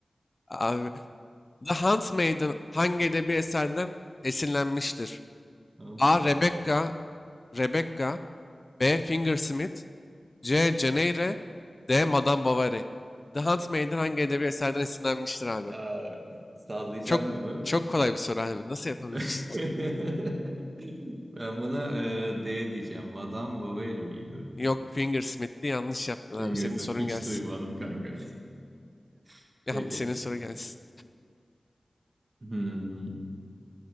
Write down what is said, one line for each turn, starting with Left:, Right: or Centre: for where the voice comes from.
Left: Abi. The Handmaiden hangi edebi eserden esinlenmiştir?
Right: Unutmayalım.
Left: A. Rebecca, Rebecca, B. Fingersmith, C. Ceneyre, D. Madame Bovary. The Handmaiden hangi edebi eserden esinlenmiştir abi?
Right: Aa, sallayacağım
Left: Çok
Right: bunu.
Left: çok kolay bir soru abi. Nasıl yapamıyorsun?
Right: <laughs> Ben buna e, D diyeceğim. Madame Bovary miydi?
Left: <laughs> Yok Fingersmith'ti yanlış yaptın abi.
Right: Fingers'ın
Left: Senin sorun
Right: hiç
Left: gelsin.
Right: duymadım kanka. <laughs>
Left: Yan,
Right: Peki.
Left: senin soru gelsin.
Right: Hmm,